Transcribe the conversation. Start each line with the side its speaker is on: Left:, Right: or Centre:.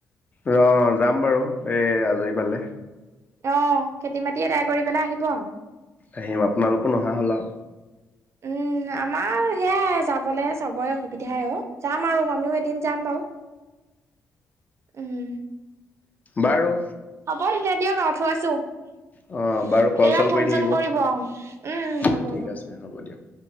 Left: ৰ' যাম বাৰু এই আজৰি পালে।
Right: অ' খেতি মাটি আদাই কৰি পেলাই আহিব।
Left: আহিম। আপোনালোকো নোহা হ'ল আউ।
Right: উম আমাৰ সেয়াই যাবলে চবৰে অসুবিধাই অ, যাম আৰু আমিও এদিন যাম বাউ। উম।
Left: বাৰু।
Right: হব এতিয়া দিয়ক আৰু থৈছোঁ। <unintelligible>
Left: অ বাৰু কল চল
Right: ফোন
Left: কৰি থাকিব
Right: চুন কৰিব, উম উম
Left: অ
Right: হব হ'ব।
Left: ঠিক হ'ব দিয়ক।